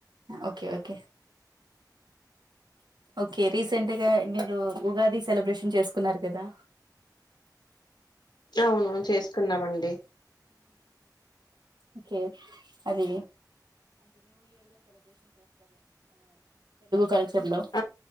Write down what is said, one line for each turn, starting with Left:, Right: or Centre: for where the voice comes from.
Right: ఓకే ఓకే ఓకే రీసెంట్గా మీరు ఉగాది సెలబ్రేషన్ చేసుకో ప్పన్నారు కదా
Left: అవునును చేసుకున్నామండి
Right: ఓకే అది కల్చర్ లో
Left: ఆ